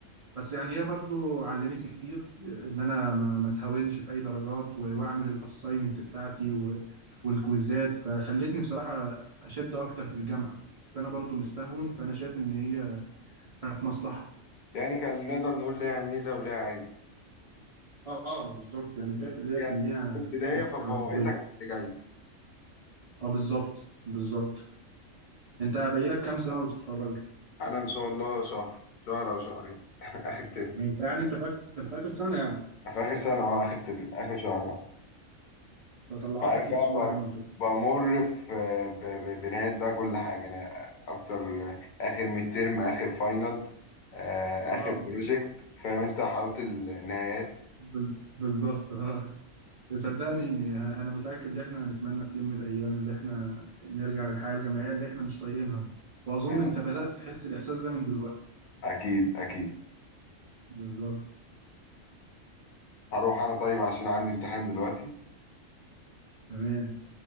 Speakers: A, on the right; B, on the left.
A: بس يعني هي برضو علمتني كتير ان انا ما ما اتهاونش في اي درجات و- واعمل الاساينمنت بتاعتي و- والكويزات فخلتني بصراحه اشد اكتر في الجامعه فانا برضو مستهون فانا شايف ان هي كانت مصلحه
B: يعني كان نقدر نقول ليها ميزه وليها عيب
A: اه آه، بالظبط يعني شايف ان
B: يعني
A: هي كان ليها
B: في البدايه
A: ميزه
B: ففوقتك
A: قويه
B: اللي جاي
A: اه بالظبط بالظبط انت باقي لك كام سنه وتتخرج
B: انا ان شاء الله شهر شهر او شهرين <laughs> اخر ترم
A: يعني انت يعني انت في اخر انت في اخر سنه يعني
B: في آخر سنة أو آخر تر... آخر شهر أهو
A: فطلعتك
B: فعارف بقى
A: ايه لسوق
B: ب...
A: العمل طيب
B: بمر في ب... ب... بنهاية بقى كل حاجة أنا أكتر آخر ميد ترم آخر فاينل آه،
A: اه
B: آخر بروجكت فاهم أنت حلاوة النهايات
A: بز- بالظبط اه صدقني ه- انا متاكد ان احنا هنتمنى في يوم من الايام اللي احنا نرجع للحياه الجامعيه اللي احنا مش طايقينها دي واظن
B: أيوة
A: انت بدات
B: طبعا
A: تحس الاحساس ده من دلوقتي
B: أكيد أكيد
A: بالظبط
B: هروح أنا طيب عشان عندي امتحان دلوقتي
A: تمام